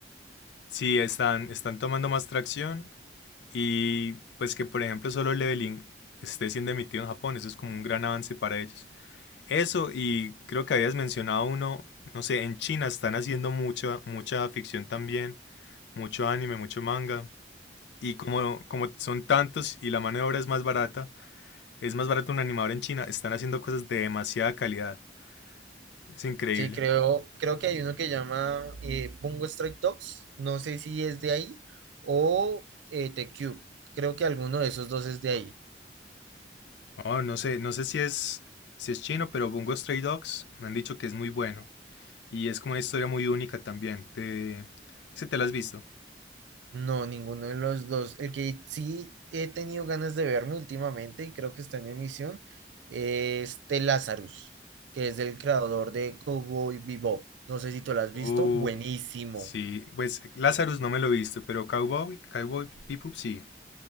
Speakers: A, on the left (about 75°); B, on the right (about 85°).
A: sí, están, están tomando más tracción y pues que por ejemplo solo Leveling esté siendo emitido en Japón, eso es como un gran avance para ellos. Eso y creo que habías mencionado uno, no sé, en China están haciendo mucha, mucha ficción también mucho anime, mucho manga. Y como, como son tantos y la mano de obra es más barata, es más barato un animador en China, están haciendo cosas de demasiada calidad. Es increíble.
B: Sí, creo, creo que hay uno que llama eh, Bungo Stray Dogs, no sé si es de ahí, o eh, The Cube, creo que alguno de esos dos es de ahí.
A: Oh, no sé, no sé si es, si es chino, pero Bungo Stray Dogs me han dicho que es muy bueno. Y es como una historia muy única también. Te... ¿Sí te la has visto?
B: No, ninguno de los dos. El que sí he tenido ganas de verme últimamente y creo que está en emisión es The Lazarus, que es el creador de Cowboy Bebop. No sé si tú lo has
A: Uh,
B: visto. Buenísimo.
A: sí, pues Lazarus no me lo he visto, pero Cowboy, Cowboy Bebop sí,